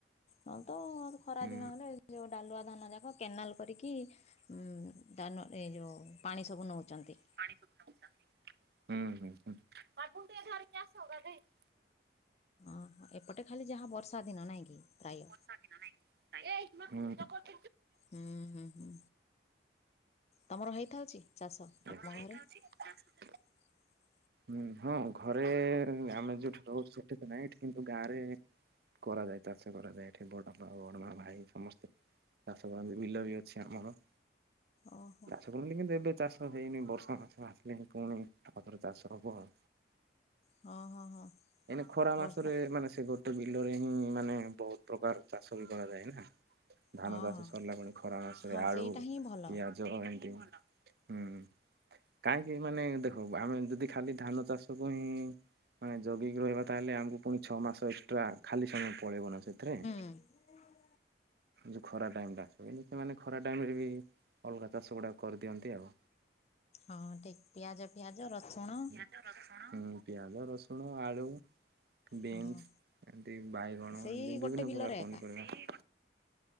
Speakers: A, on the left; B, on the right.
A: ନହେଲେ ତ ଖରା
B: ହୁଁ
A: ଦିନ ହେଲେ ଯଉ ଡାଲୁଆ ଧାନ ଯାକ କେନାଲ କରିକି। ନୁ ଏ ଯେଉଁ ପାଣି ସବୁ ନେଉଛନ୍ତି।
B: ହୁଁ ହୁଁ ହୁଁ
A: ହଁ ଏପଟେ ଖାଲି ଯାହା ବର୍ଷା ଦିନ ନାଇଁ କି ପ୍ରାୟ।
B: <unintelligible> ହୁଁ
A: ହୁଁ ହୁଁ ହୁଁ ତମର ହେଇଥାଉଛି। ଚାଷ ତମ
B: ତମର ହେଇଥାଉଛି
A: ଘରେ
B: ଏଟା।
A: <inaudible>
B: ହୁଁ ହଁ ଘରେ ଆମେ ଯୋଉଠି ରହୁଛୁ ସେଠି ତ ନାହିଁ ଏଠି କିନ୍ତୁ ଗାଁରେ। କରାଯାଏ ଚାଷ କରାଯାଏ ଏଠି ବଡ଼ ବଡମା ଭାଇ ସମସ୍ତେ। ଚାଷ କରନ୍ତି ବିଲ ବି ଅଛି ଆମର।
A: ଓହୋ।
B: ହୋଇନି କିନ୍ତୁ ଏବେ ଚାଷ ହେଇନି ବର୍ଷା ମାଆ ଜେସ ଆସିଲେଣିି ପୁଣି ଆଉଥରେ ଚାଷ ହବ ଆଉ
A: ହଁ ହଁ ହଁ
B: ଏନ ଖରା
A: ବର୍ଷା
B: ମାସରେ ମାନେ ସେଗଟ। ବିଲରେ ହିଁ ମାନେ ବହୁତ ପ୍ରକାର ଚାଷ ବି କରାଯାଏ ନା। ଧାନ
A: ହଁ
B: ଚାଷ
A: ହଁ
B: ସରିଲା ପରେ ଖରା ମାସରେ
A: ହଁ
B: ଆଳୁ
A: ସେଇଟା ହିଁ ଭଲ
B: ପିଆଜ ଏମିତି। ହୁଁ କାହିଁକି ମାନେ ଦେଖ ଆମେ ଯଦି ଖାଲି ଧାନ ଚାଷ ପାଇଁ। ମାନେ ଯୋଗିକି ରହିବା ତାହେଲେ ଆମକୁ ପୁଣି ଛଅ ମାସ ଏକ୍ସଟ୍ରା ଖାଲି ସମୟ ପଳେଇବ ନା ସେଥିରେ।
A: ହଁ
B: ଯଉ ଖରା ଟାଇମଟା ସେ ମନେଖରା ଟାଇମ୍ ରେ ବି। ଅଲଗା ଚାଷ ଗୁଡ଼ାକ କରିଦିଅନ୍ତି ଆଉ।
A: ହଁ ଠିକ ପିଆଜ ଫିଆଜ ରସୁଣ।
B: ହଁ ପିଆଜ ରସୁଣ ଆଳୁ ବିନ୍ସ।
A: ହଁ
B: ଏମତି ବାଇଗଣ
A: ସେଇ
B: ଏମତି
A: ଗୋଟେ
B: ବିଭିନ୍ନ
A: ବିଲରେ
B: ପ୍ରକାର ପନିପରିବା।
A: ଏକା
B: ହୁଁ